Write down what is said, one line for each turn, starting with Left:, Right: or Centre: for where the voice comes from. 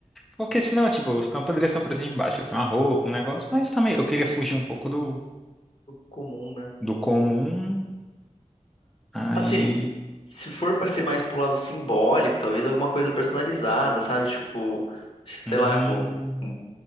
Centre: Porque senão, tipo, senão poderia ser um presente de baixo, ia uma roupa, um negócio, mas também eu queria fugir um pouco do,
Left: comum, né?
Centre: do comum. Aí.
Left: Assim, se for pra ser mais pro lado simbólico, talvez alguma coisa personalizada, sabe? Tipo,
Centre: Hum,
Left: sei lá, com, com-